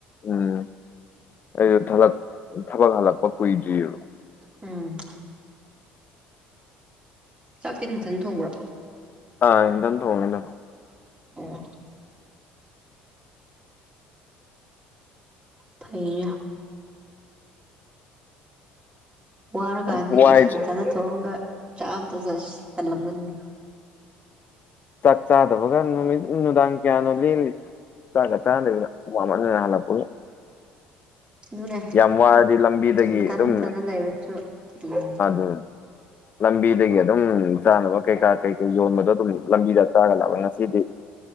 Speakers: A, on the left; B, on the right.
A: ꯎꯝ ꯑꯩꯁꯨ ꯊꯗꯛ ꯊꯕꯛ ꯍꯜꯂꯛꯄ ꯀꯨꯏꯗ꯭ꯔꯤꯑꯕ
B: ꯎꯝ ꯆꯥꯛꯇꯦ ꯃꯊꯅ ꯊꯣꯡꯕ꯭ꯔꯣ
A: <unintelligible>
B: ꯑꯣ ꯐꯩꯌꯦ ꯋꯥꯔꯀꯥꯟꯗ
A: ꯋꯥꯏ
B: ꯏꯁꯊꯥꯗ ꯊꯣꯡꯑꯉꯒ ꯆꯥꯕꯗ ꯇꯜꯂꯝꯒꯅꯤꯅꯤ
A: ꯆꯥꯛ ꯆꯥꯗꯕꯒ ꯅꯨꯃꯤꯠ ꯅꯨꯡꯗꯥꯡ ꯀꯌꯥꯅꯣ ꯂꯤꯜꯂꯤꯁꯦ ꯆꯒ ꯆꯥꯟꯗ ꯃꯅꯤꯅ ꯍꯥꯜꯂ ꯄꯨꯅꯤ
B: ꯑꯗꯨꯅꯦ
A: ꯌꯥꯝ ꯋꯥꯔꯗꯤ ꯂꯝꯕꯤꯗꯒꯤ
B: ꯃꯊꯟ
A: ꯑꯗꯨꯝ
B: ꯃꯊꯟꯇ ꯂꯩꯕꯁꯨ ꯎꯝ
A: ꯑꯗꯨ ꯂꯝꯕꯤꯗꯒꯤ ꯑꯗꯨꯝ ꯆꯥꯅꯕ ꯀꯩꯀꯥ ꯀꯩꯀꯩ ꯌꯣꯟꯕꯗ ꯑꯗꯨꯝ ꯂꯝꯕꯤꯗ ꯆꯥꯒ ꯉꯁꯤꯗꯤ